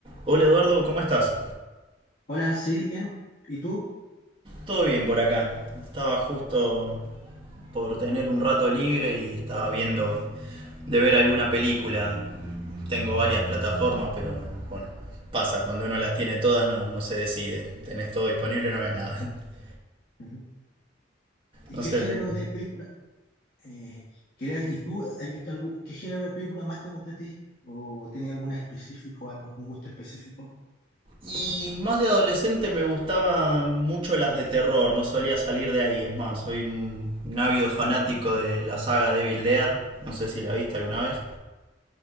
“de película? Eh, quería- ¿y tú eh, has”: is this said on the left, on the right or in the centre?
Left